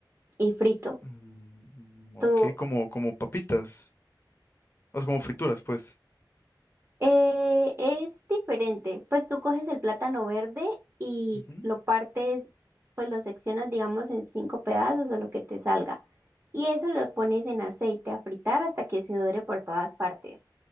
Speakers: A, on the right (about 30°); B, on the left (about 30°).
A: y frito.
B: Mm, ok,
A: ¿Tú
B: como, como papitas. O sea, como frituras, pues.
A: Eh, es diferente, pues tú coges el plátano verde y
B: Ujú.
A: lo partes, pues lo seccionas, digamos, en cinco pedazos o lo que te salga. Y eso lo pones en aceite a fritar hasta que se dore por todas partes.